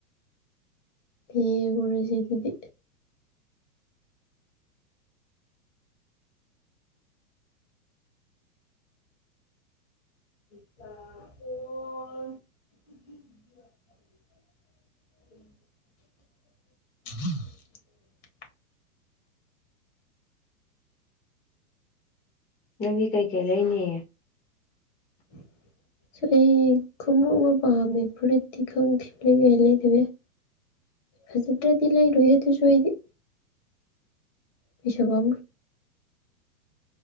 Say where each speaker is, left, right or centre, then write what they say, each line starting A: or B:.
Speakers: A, on the left; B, on the left.
A: ꯌꯦꯡꯉꯨꯔꯖꯦ ꯑꯗꯨꯗꯤ <unintelligible> <unintelligible> <inaudible> <unintelligible>
B: ꯅꯪꯗꯤ ꯀꯩꯀꯩ ꯂꯩꯅꯤ
A: <unintelligible> ꯁꯣ ꯑꯩ ꯈꯨꯃꯨ ꯑꯃ ꯄꯥꯝꯃꯦ ꯐꯨꯔꯤꯠꯇꯤ ꯈꯪꯗꯦ ꯂꯩꯕ ꯌꯥꯏ ꯂꯩꯗꯕ ꯌꯥꯏ ꯐꯖꯗ꯭ꯔꯗꯤ ꯂꯩꯔꯣꯏꯍꯦ ꯗꯨꯖꯨ ꯑꯩꯗꯤ ꯄꯩꯁꯥ ꯕꯥꯃꯨꯏ